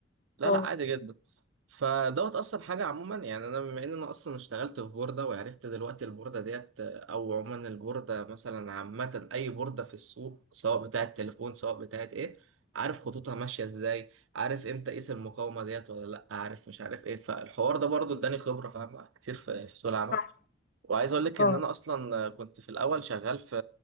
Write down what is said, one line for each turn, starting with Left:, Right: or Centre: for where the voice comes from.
Right: لا
Left: اه
Right: لا عادي جدا فدوت اصلا حاجه عموما يعني انا بما ان انا اصلا اشتغلت في بورده وعرفت دلوقتي البورده ديت او عموما البورده مثلا عامه اي بورده في السوق سواء بتاعه تليفون سواء بتاعه ايه عارف خطوطها ماشيه ازاي عارف امتى اقيس المقاومه ديت ولا لا عارف مش عارف ايه فالحوار ده برضو اداني خبره فاهمه كتير في في سوق العمل
Left: صح
Right: وعايز اقول لك
Left: اه
Right: ان انا اصلا كنت في الاول شغال في